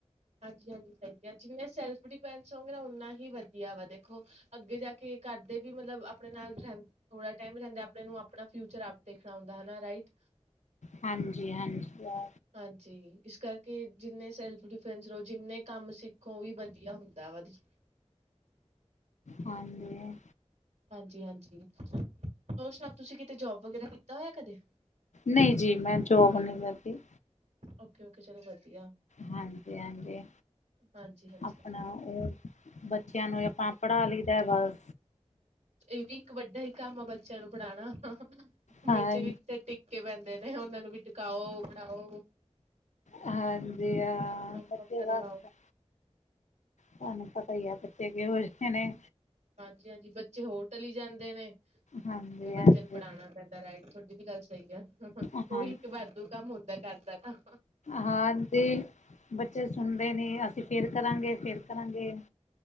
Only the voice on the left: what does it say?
ਹਾਂਜੀ ਹਾਂਜੀ ਆ।
ਹਾਂਜੀ।
ਨਈ ਜੀ ਮੈਂ ਜੋਬ ਨੀ ਕਰਦੀ।
ਹਾਂਜੀ ਹਾਂਜੀ
ਅਪਨਾ ਓ ਊ ਬੱਚਿਆਂ ਨੂੰ ਆਪ ਪਾ ਪੜਾ ਲਈਦਾ ਬਸ।
ਹਾਂ
ਹਾਂਜੀ ਆ
ਵਧੀਆ
ਬਸ। ਤੁਆਨੂੰ ਪਤਾ ਈ ਆ ਬੱਚੇ ਕੇਹੋ ਜੇ ਨੇ।
ਹਾਂਜੀ
ਹਾਂਜੀ
ਹਾਂ
ਹਾਂਜੀ ਬੱਚੇ ਸੁਨਦੇ ਨੀ ਅਸੀ ਫੇਰ ਕਰਾਂਗੇ ਫੇਰ ਕਰਾਂਗੇ।